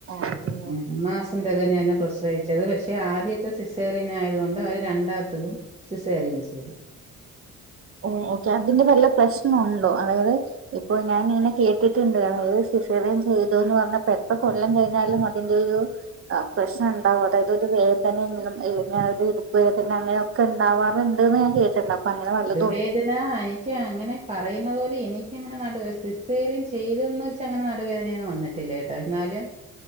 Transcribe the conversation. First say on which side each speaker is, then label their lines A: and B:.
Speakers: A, on the right (about 45°); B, on the right (about 20°).
A: ഓക്കെ
B: മ് മാസം തെകഞ്ഞ് തന്ന പ്രസവിച്ചത് പക്ഷെ ആദ്യത്തെ സിസേ <unintelligible> ആയതു കൊണ്ട് അവര് രണ്ടാത്തതും സിസേറിയൻ ചെയ്തു
A: ഓ ഓക്കെ അതിന്റെ വല്ല പ്രശ്നം ഒണ്ടോ അതായത് ഇപ്പൊ ഞാനിങ്ങനെ കേട്ടിട്ടുണ്ട് <unintelligible> സിസേറിയൻ ചെയ്തു എന്ന് പറഞ്ഞപ്പോ എത്ര കൊല്ലം കഴിഞ്ഞാലും അതിന്റെ ഒരു പ്രശ്നം ഉണ്ടാവും അതായത് ഒരു വേദനയെങ്കിലും അല്ലെങ്കിൽ ആ ഒരു ഇടുപ്പുവേദന അങ്ങനെയൊക്കെ ഉണ്ടാവാറുണ്ട്ന്ന് ഞാൻ കേട്ട് ചെന്നപ്പ അങ്ങനെ വല്ല
B: വേദന എനിക്ക് അങ്ങനെ പറ പറയുന്നത് പോലെ എനിക്കങ്ങനെ നടു വേ സിസേറിയൻ ചെയ്തന്ന് വെച്ച് അങ്ങനെ നടുവേദന ഒന്നും വന്നിട്ടില്ല കേട്ട എന്നാലും